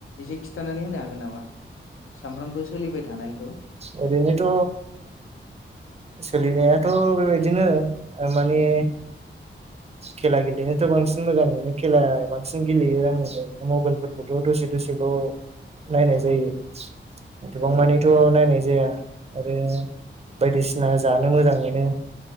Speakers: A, on the left; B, on the right.
A: एसे खिन्थानानै होनो हागोन? नामा सानफ्रामबो सोलिबाय थानायखौ।
B: एरैनोथ' सोलिनायाथ' बेबायदिनो ओ मानि। खेला गेलेनोथ' बांसिन मोजां मोनो खेला बांसिन गेलेयो आङो औरैनो मबाइल फोरखौथ' दसे दसेल' नायनाय जायो। एथबां
A: औ
B: मानिथ' नायनाय जाया। आरो बायदिसिना जानो मोजां मोनो।